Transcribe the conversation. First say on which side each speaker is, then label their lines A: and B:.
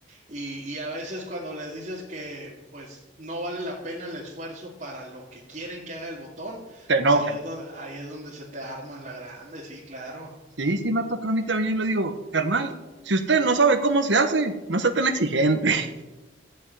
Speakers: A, on the right (about 40°); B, on the right (about 70°).
A: Y, y a veces cuando les dices que pues no vale la pena el esfuerzo para lo que quieren que haga el botón,
B: Te enoja.
A: pues ahí es donde, ahí es donde se te arma la grande, sí, claro.
B: Sí, sí me ha tocado a mí también, le digo, carnal, si usted no sabe cómo se hace, no sea tan exigente. <laughs>